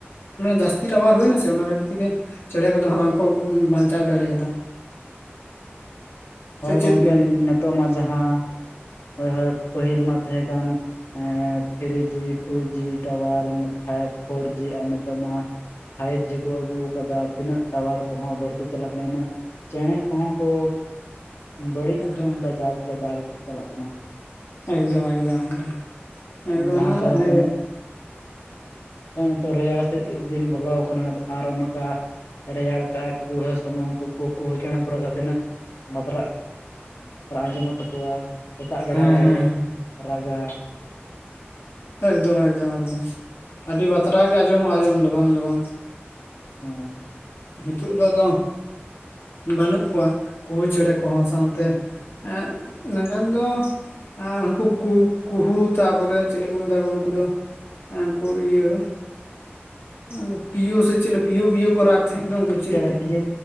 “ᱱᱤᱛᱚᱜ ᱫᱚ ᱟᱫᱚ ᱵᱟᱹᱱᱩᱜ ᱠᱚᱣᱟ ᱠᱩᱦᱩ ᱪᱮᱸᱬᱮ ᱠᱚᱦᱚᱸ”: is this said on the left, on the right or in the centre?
Left